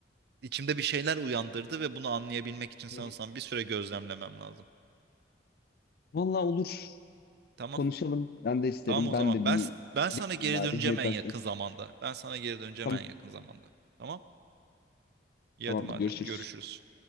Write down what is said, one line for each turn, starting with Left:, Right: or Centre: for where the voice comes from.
Right: içimde bir şeyler uyandırdı ve bunu anlayabilmek için sanırsam
Left: Hı hı.
Right: bir süre gözlemlemem lazım.
Left: Vallahi olur.
Right: Tamam.
Left: Konuşalım. Ben de isterim.
Right: Tamam o
Left: Ben
Right: zaman.
Left: de
Right: Ben
Left: bir
Right: ben sana
Left: deneyim
Right: geri
Left: bari
Right: döneceğim
Left: meditasyon.
Right: en yakın zamanda. Ben sana geri döneceğim
Left: Tamam.
Right: en yakın zamanda. Tamam? İyi
Left: Tamamdır.
Right: hadi madem
Left: Görüşürüz.
Right: görüşürüz.